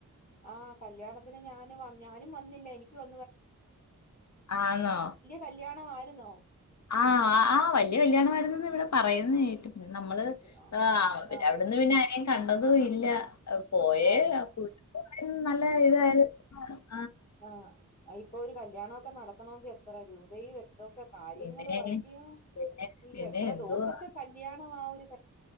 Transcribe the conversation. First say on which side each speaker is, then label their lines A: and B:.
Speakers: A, on the left (about 25°); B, on the left (about 55°).
A: ആ കല്യാണത്തിന് ഞാനു ഞാനും വന്നില്ല എനിക്കുവെ
B: ആന്നോ
A: കല്യാണം ആയിരുന്നോ
B: ആ ആ വല്ലിയ കല്ലിയാണം ആരുന്നെന്നു ഇവിടെ പ പറയുന്ന കേട്ട് പിന്നെ നമ്മള്
A: കേട്ടു ആഹ്
B: ആ പിന്നെ
A: ആഹ്
B: അവിടന്ന് പിന്നെ ആരേം കണ്ടതും ഇല്ല പോയേ
A: ആഹ്
B: <inaudible> നല്ല ഇതായെ ആ
A: ആ ഇപ്പൊ ഒരു കല്യാണവോക്കെ നടത്തണെങ്കിൽ എത്ര രൂപയും എ എന്തൊക്കെ കാര്യങ്ങളും
B: പിന്നെ
A: അല്ലിയോ
B: പിന്നെ
A: ഈ
B: പിന്നെ
A: എത്ര
B: എന്തുവാ
A: ദോസത്തെ കല്യാണവാ ഒര്